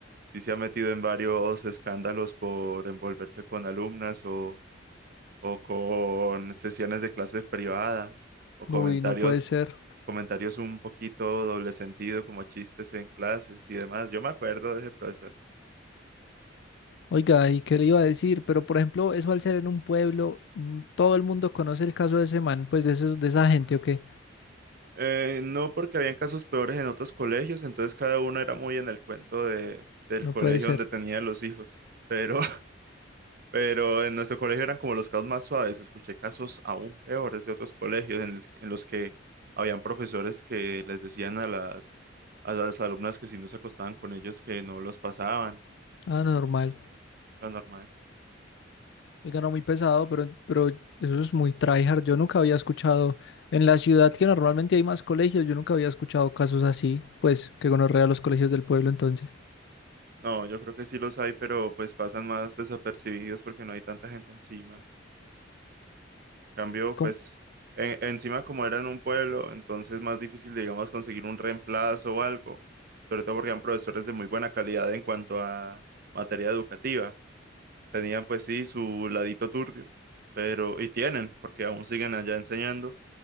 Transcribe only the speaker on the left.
Uy, no puede ser.
Oiga, ¿y qué le iba a decir? Pero por ejemplo, eso al ser en un pueblo, mm, todo el mundo conoce el caso de ese man, pues de esos, de esa gente o qué.
No
puede ser.
Ah, normal.
Oiga, no muy pesado, pero, pero eso es muy tryhard. Yo nunca había escuchado en la ciudad que normalmente hay más colegios, yo nunca había escuchado casos así, pues que gonorrea los colegios del pueblo entonces.
¿Cómo-